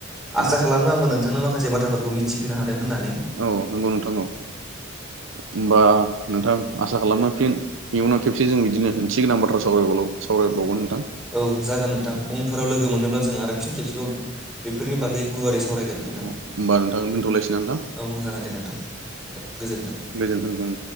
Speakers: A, on the right; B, in the centre.
A: नोंथां
B: आसा खालामो आंबो नोंथांनो माखासे बाथ्राफोरखौ मिथिहोनो हादों होननानै
A: औ नंगौ नोंथां औ
B: <inaudible>
A: होमबा नोंथां आसा खालामो फिन इयुनाव खेबसे जों बिदिनो ओंथि गोनां बाथ्रा सावरायबावो सावरायबावगोन नोंथां
B: औ जागोन नोंथां उनफोराव लोगो मोनोब्ला जों आरो फिन खेबसेबाव बेफोरनि बागै गुवारै सावरायगोन नोंथां
A: अ होमबा नोंथां दोनथ'लायसै ना नोंथां
B: औ जागोन दे नोंथां दे गोजोन्थों।
A: गोजोनथों